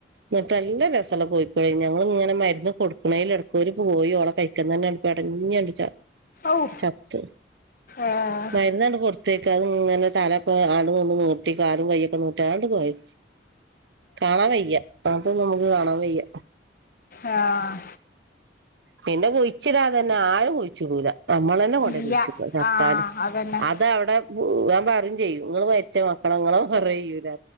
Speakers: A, on the right; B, on the left.
A: ങ്ങട്ട് നല്ല രസല്ല കോഴിക്കലായ്ന് ഞങ്ങൾ ങ്ങനെ മരുന്ന് കൊടുക്കണ ഇടക്ക് ഒരു കോയി ഓളെ കാണിക്കന്നന്നെ- പെടഞ്ഞെങ്ങാട്ട്
B: ഔ
A: ചത്തു.
B: ഏഹ്
A: മരുന്നങ്ങട്ട് കൊടുത്ത- അതങ്ങനെ തലയൊക്കെ നീർത്തി കാലും കയ്യും നീട്ടി അതങ്ങ് പോയി. കാണാൻ വയ്യ അങ്ങനെത്തതൊന്നും നമ്മക്ക് കാണാൻ- വയ്യ
B: ആ..
A: പിന്നെ കുഴിച്ചിടാൻ തന്നെ ആരും കുഴിച്ചിടൂല. നമ്മളാന്നെ കൊണ്ടോയി
B: ഇല്ല
A: കുഴിച്ചക്കോ ചത്താൽ-
B: ആഹ് അതന്നെ
A: ങ്ങള് മരിച്ച മക്കള് മറയ്യൂലെ.